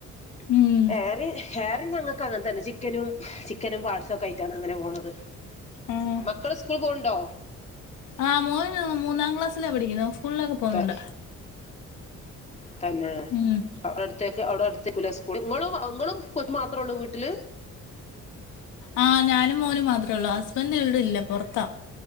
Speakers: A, on the left (about 85°); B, on the left (about 20°).
A: ഉം
B: ഏറി ഏറിം ഞങ്ങക്ക് ഇപ്പം അങ്ങനെ തന്നെ ചിക്കനും ചിക്കനും പാട്സും ഒക്കെ ആയിട്ടാണ് അങ്ങനെ പോണത്
A: ആഹ്
B: മക്കള് സ്കൂൾ പോണ്ടോ
A: ആഹ് മോന് മൂന്നാം ക്ലാസ്സില പഠിക്കുന്നെ സ്കൂളിലൊക്കെ പോണ്ണ്ട്
B: ത തന്നെ
A: ഉം
B: അടുത്തേക്കാ അവിടെ അടുത്തെകുലെ സ്കൂള് ഇങ്ങളും ഇങ്ങളും കുട്ടിയും മാത്രേ ഉള്ളൂ വീട്ടില്.
A: ആഹ് ഞാനും മോനും മാത്രേ ഒള്ളൂ ഹസ്ബൻഡ് ഇവിടില്ല പൊറത്താ